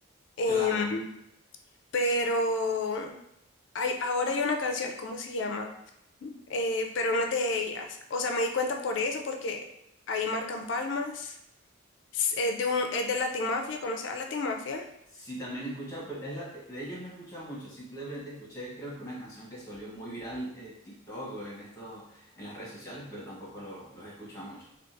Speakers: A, on the left; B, on the left.
A: Em,
B: Claro.
A: pero hay, ahora hay una canción, ¿cómo se llama? Eh, pero no es de ellas. O sea, me di cuenta por eso, porque ahí marcan palmas. Es eh, de un, es de Latin Mafia, ¿conoces a Latin Mafia?
B: Sí, también he escuchado, pero es la- de ellos no he escuchado mucho, simplemente escuché creo que una canción que se volvió muy viral en TikTok o en esto, en las redes sociales, pero tampoco lo- los he escuchado mucho.